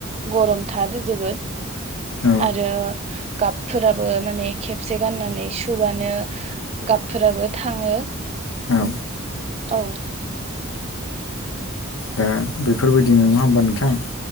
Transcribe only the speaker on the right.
गरमथार जोबोद।
आरो गाबफोराबो माने खेबसे गाननानै सु बानो गाबफोराबो थाङो।
औ।